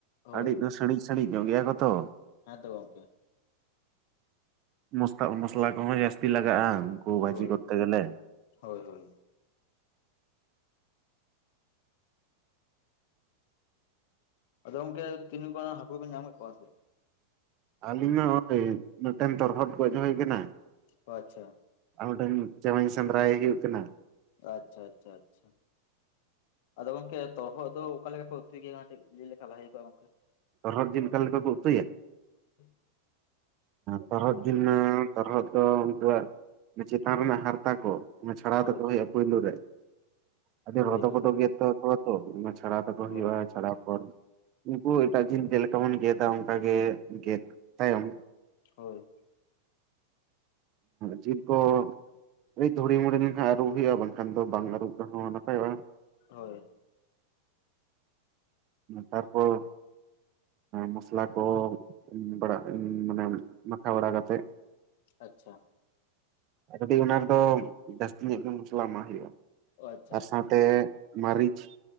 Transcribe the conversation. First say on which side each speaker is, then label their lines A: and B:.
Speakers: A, on the left (about 50°); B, on the right (about 35°).
A: ᱦᱳᱭ
B: ᱟᱹᱰᱤᱡ ᱫᱚ ᱥᱤᱸᱲᱤᱡ, ᱥᱤᱲᱤᱡᱽ ᱧᱚᱜ ᱜᱮᱭᱟ ᱠᱚ ᱛᱚ,
A: ᱦᱮᱸ ᱛᱚ ᱜᱚᱢᱠᱮ,
B: ᱢᱚᱥ ᱢᱚᱥᱞᱟ ᱠᱚᱦᱚᱸ ᱡᱟᱹᱥᱛᱤ ᱞᱟᱜᱟᱜ-ᱟ, ᱩᱱᱠᱩ ᱵᱷᱟᱹᱡᱤ
A: ᱦᱳᱭ
B: ᱠᱚᱨᱛᱮ ᱜᱮᱞᱮ,
A: ᱦᱳᱭ ᱦᱳᱭ, ᱟᱫᱚ ᱜᱚᱢᱠᱮ ᱛᱤᱱᱟᱹ ᱜᱟᱱ ᱦᱟᱹᱠᱩ ᱯᱮ ᱧᱟᱢ ᱠᱮᱫ ᱠᱚᱣᱟ ᱥᱮ,
B: ᱟᱹᱞᱤᱧ ᱢᱟ ᱱᱚᱜ-ᱚᱭ ᱢᱤᱫᱴᱮᱱ ᱛᱚᱨᱦᱚᱫ ᱜᱚᱡ ᱦᱩᱭ ᱟᱠᱟᱱᱟ ᱾
A: ᱳ ᱟᱪᱪᱷᱟ,
B: ᱟᱨ ᱢᱤᱫᱴᱮᱱ ᱪᱮᱢᱮᱧ ᱥᱮᱸᱫᱽᱨᱟᱭᱮ ᱦᱩᱭᱩᱜ ᱠᱟᱱᱟ᱾
A: ᱟᱪᱪᱷᱟ ᱟᱪᱪᱷᱟ ᱟᱪᱪᱷᱟ, ᱟᱫᱚ ᱜᱚᱝᱠᱮ ᱛᱚᱨᱚᱦᱚᱫ ᱫᱚ ᱚᱠᱟ ᱞᱮᱠᱟ ᱠᱚ ᱩᱛᱩᱭ ᱜᱮᱭᱟ ᱞᱟᱹᱭ ᱞᱮᱠᱷᱟᱱ ᱵᱷᱟᱹᱜᱤ ᱠᱚᱜ-ᱟ ᱜᱚᱝᱠᱮ,
B: ᱛᱚᱨᱦᱚᱫ ᱡᱤᱞ ᱚᱠᱟ ᱞᱮᱠᱟ ᱠᱩ ᱩᱛᱩᱭᱟ?
A: <inaudible>
B: ᱛᱚᱨᱦᱚᱫ ᱡᱤᱞ ᱢᱟ ᱛᱚᱨᱦᱚᱫ ᱫᱚ ᱩᱱᱠᱩᱣᱟᱜ ᱪᱮᱛᱟᱱ ᱨᱮᱱᱟᱜ ᱦᱟᱨᱛᱟ ᱠᱚ ᱚᱱᱟ ᱪᱷᱟᱲᱟᱣ
A: ᱦᱳᱭ
B: ᱛᱟᱠᱚ ᱦᱩᱭᱩᱜᱼᱟ ᱯᱩᱭᱞᱩ ᱨᱮ ᱟᱰᱤ
A: ᱦᱳᱭ
B: ᱨᱚᱫᱚ
A: ᱦᱳᱭ
B: ᱵᱚᱫᱚ ᱜᱮ ᱛᱚ ᱠᱚᱣᱟ ᱛᱚ ᱚᱱᱟ ᱪᱷᱟᱲᱟ ᱛᱟᱠᱚ
A: ᱦᱳᱭ
B: ᱦᱩᱭᱩᱜᱼᱟ ᱪᱷᱟᱲᱟ ᱯᱚᱨ ᱩᱱᱠᱩ ᱮᱴᱟᱜ ᱡᱤᱞ ᱡᱮᱞᱮᱠᱟ ᱵᱚᱱ ᱜᱮᱫᱟ ᱚᱱᱠᱟ ᱜᱮ ᱜᱮᱫ ᱛᱟᱭᱚᱢ
A: ᱦᱳᱭ᱾
B: ᱡᱤᱞ ᱠᱚ <unintelligible> ᱫᱷᱩᱲᱤ ᱢᱩᱲᱤ ᱞᱮᱱᱠᱷᱟᱱ ᱟᱹᱨᱩᱵ ᱦᱩᱭᱩᱜᱼᱟ ᱵᱟᱝᱠᱷᱟᱱ ᱫᱚ ᱵᱟᱝ ᱟᱹᱨᱩᱵ ᱨᱮᱦᱚᱸ ᱱᱟᱯᱟᱭᱚᱜᱼᱟ᱾
A: ᱦᱳᱭ᱾
B: ᱛᱟᱨᱼᱯᱚᱨ ᱢᱚᱥᱞᱟ ᱠᱚ <unintelligible> ᱢᱟᱱᱮ ᱢᱟᱠᱷᱟ ᱵᱟᱲᱟ ᱠᱟᱛᱮᱜ
A: ᱟᱪᱪᱷᱟ ᱾
B: ᱟᱨ ᱠᱟᱴᱤ ᱚᱱᱟ ᱨᱮᱫᱚ ᱡᱟᱹᱥᱛᱤ ᱧᱚᱜ ᱜᱮ ᱢᱚᱥᱞᱟ ᱮᱢᱟᱜ ᱦᱩᱭᱩᱜᱼᱟ᱾
A: ᱚ ᱟᱪᱪᱷᱟ
B: ᱟᱨ
A: ᱟᱪᱪᱷᱟ
B: ᱥᱟᱶ ᱛᱮ ᱢᱟᱹᱨᱤᱪ᱾